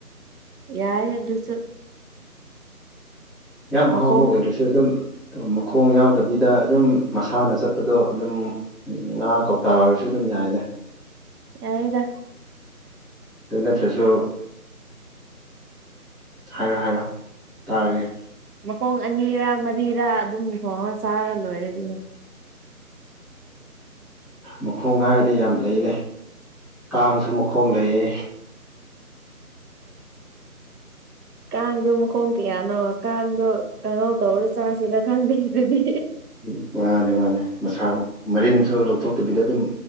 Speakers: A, on the right; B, in the centre.
A: ꯌꯥꯏ ꯑꯗꯨꯁꯨ
B: ꯌꯥꯝ ꯑꯍꯥꯎꯕ
A: ꯃꯈꯣꯡ
B: ꯑꯣꯏꯗ꯭ꯔꯁꯨ ꯑꯗꯨꯝ ꯃꯈꯣꯡ ꯌꯥꯎꯗꯕꯤꯗ ꯑꯗꯨꯝ ꯃꯁꯥꯅ ꯆꯠꯄꯗꯣ ꯑꯗꯨꯝ ꯉꯥ ꯀꯧꯇꯥ ꯑꯣꯏꯔꯁꯨ ꯑꯗꯨꯝ ꯌꯥꯏꯗꯥ
A: ꯌꯥꯏꯌꯦ
B: ꯑꯗꯨ ꯅꯠꯇ꯭ꯔꯁꯨ ꯍꯥꯏꯔꯣ ꯍꯥꯏꯔꯣ ꯇꯥꯔꯒꯦ
A: ꯃꯈꯣꯡ ꯑꯅꯤꯔꯥ ꯃꯔꯤꯔꯥ ꯑꯗꯨꯝ ꯊꯣꯡꯉꯒꯥ ꯆꯥꯔ ꯂꯣꯏꯔꯦ ꯑꯗꯨꯕꯨ
B: ꯃꯈꯣꯡ ꯍꯥꯏꯔꯗꯤ ꯌꯥꯝ ꯂꯩꯅꯦ ꯀꯥꯡꯁꯨ ꯃꯈꯣꯡ ꯂꯩꯌꯦ
A: ꯀꯥꯡ ꯀꯥꯡꯗꯣ ꯃꯈꯣꯡ ꯀꯌꯥꯅꯣ ꯀꯥꯡꯗꯣ ꯀꯥꯡꯍꯧ ꯇꯧꯔ ꯆꯥꯁꯤꯔ ꯈꯪꯗꯦ ꯑꯗꯨꯗꯤ
B: ꯎꯝ ꯉꯥꯅꯤ ꯉꯥꯅꯤ ꯃꯁꯥ ꯃꯔꯤꯟꯁꯨ ꯂꯧꯊꯣꯛꯇꯕꯤꯗ ꯑꯗꯨꯝ